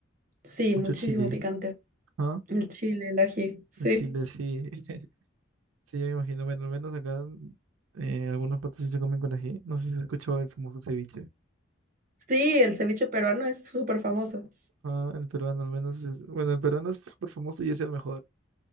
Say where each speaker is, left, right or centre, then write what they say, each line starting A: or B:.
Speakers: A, on the right; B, on the right.
A: Sí,
B: mucho
A: muchísimo
B: chile.
A: picante.
B: ¿Ah?
A: El chile, el ají, sí.
B: En Chile sí, <laughs> sí, yo me imagino. Bueno, al menos acá eh, algunos platos sí se comen con ají. No sé si has escuchado el famoso ceviche.
A: Sí, el ceviche peruano es súper famoso.
B: Ah, el peruano al menos es- Bueno, el peruano es súper famoso y es el mejor.